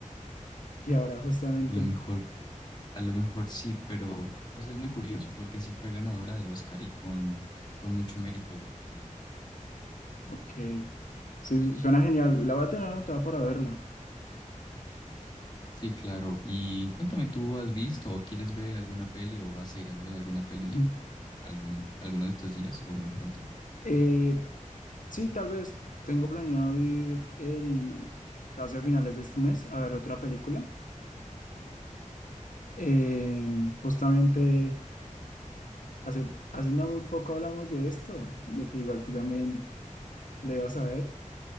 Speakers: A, on the left; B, on the left.
A: Y ahora justamente,
B: a lo mejor, a lo mejor sí, pero, o sea, es muy curioso porque sí fue ganadora de Oscar y con, con mucho mérito, la verdad.
A: ok. Sí, su- suena genial. La voy a tener anotada para verla.
B: Sí, claro. Y cuéntame, ¿tú has visto o quieres ver alguna peli o vas a ir a ver alguna peli
A: Ujú.
B: algún, alguno de estos días o muy pronto?
A: Eh, sí, tal vez tengo planeado ir el, casi a finales de este mes a ver otra película.
B: Ok.
A: Eh, justamente. Hace, hace no muy poco hablamos de esto, de que igual tú también le vas a ver,